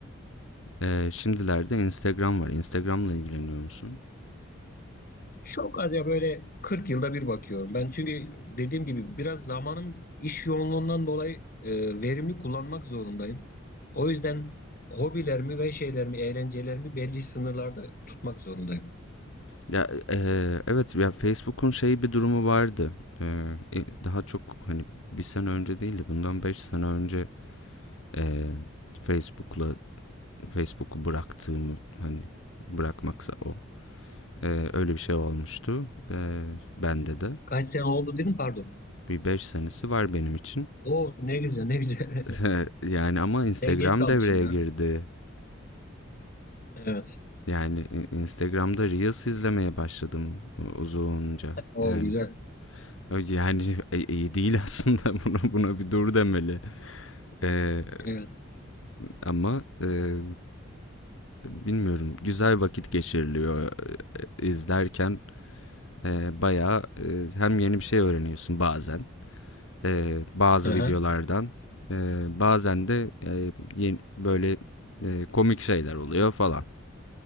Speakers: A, on the left (about 75°); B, on the left (about 40°).
A: Ee, şimdilerde Instagram var Instagram'la ilgileniyor musun?
B: Çok az ya böyle 40 yılda bir bakıyorum. Ben çünkü dediğim gibi biraz zamanım iş yoğunluğundan dolayı e, verimli kullanmak zorundayım. O yüzden hobilerimi ve şeylerimi, eğlencelerimi belli sınırlarda tutmak zorundayım.
A: Ya e, evet ya Facebook'un şeyi bir durumu vardı Ee, e, daha çok hani bir sene önce değil de bundan 5 sene önce e, Facebook'la Facebook'u bıraktığımı hani bırakmaksa o Eee, öyle bir şey olmuştu. Eee, bende de.
B: Kaç sene oldu dedim pardon.
A: Bir 5 senesi var benim için.
B: Oo ne güzel ne güzel.
A: <laughs> Yani ama
B: <laughs>
A: Instagram
B: Ben geç kalmışım
A: devreye
B: ya.
A: girdi.
B: Evet.
A: Yani Instagram'da Reels izlemeye başladım uzunca.
B: O
A: Yani
B: güzel.
A: yani <laughs> e, iyi değil <laughs> aslında buna buna bir dur demeli. Eee,
B: Evet.
A: ama eee, bilmiyorum güzel vakit geçiriliyor izlerken eee bayağı eee, hem yeni bir şey öğreniyorsun bazen e, bazı
B: Aha,
A: videolardan. E, bazen de e, yeni- böyle e, komik şeyler oluyor falan.